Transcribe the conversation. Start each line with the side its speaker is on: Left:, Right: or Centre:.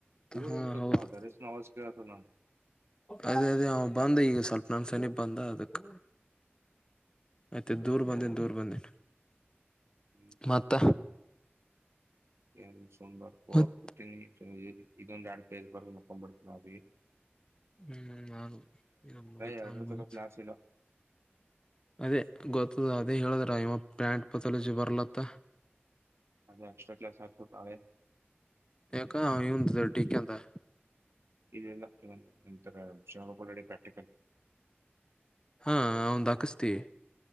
Right: ದೂರ
Left: ಹಾ
Right: ಒಂದ್ ಸ್ವಲ್ಪ್
Left: ಹೌದು
Right: ಬರೆಷ್ಟ ನೋ ವಾಯ್ಸ್ ಕೇಳ್ತದ.
Left: ಅದೇ ಅದೇ ಅವ ಬಂದ ಈಗ ಸ್ವಲ್ಪ ನನ್ ಸನಿಪ ಬಂದ ಅದಕ್, ಮತ್ತು ದೂರ ಬಂದೀನಿ ದೂರ ಬಂದೀನಿ.
Right: ಹ್ಮ್,
Left: ಮತ್ತ,
Right: ಎರಡ ನಿಮಿಷ ಅಂದ್ರಾ
Left: ಮತ್
Right: ಓದ್ಕೊತೀನಿ. <unintelligible> ಇದು ಒಂದ್ ಎರ್ಡ್ <unintelligible>
Left: ಹ್ಮ್ ಹ್ಮ್ ಆದ್ವು ಇದು ಮುಗಿತ್
Right: ಎರಡರ
Left: ಅಂದ್ರ ಮುಗಿತ್.
Right: ತಕ ಕ್ಲಾಸ್ ಇಲ್ಲ
Left: ಅದೇ ಗೊತ್ತದ ಅದೇ ಹೇಳುದ್ರ ಇವ ಪ್ಯಾಂಟ್ ಪತಲಜಿ ಬರ್ಲತ್ತ,
Right: ಅದೇ ಎಕ್ಸ್ಟ್ರಾಕ್ಲಾಸ್ <unintelligible>
Left: ಯಾಕ <unintelligible>
Right: <unintelligible> ವಿಷಯ ಪಲ್ಡಿ ಪ್ರಾಕ್ಟಿಕಲ್
Left: ಹಾಂ ಆವಂದ್ ಹಾಕ್ಸತಿ,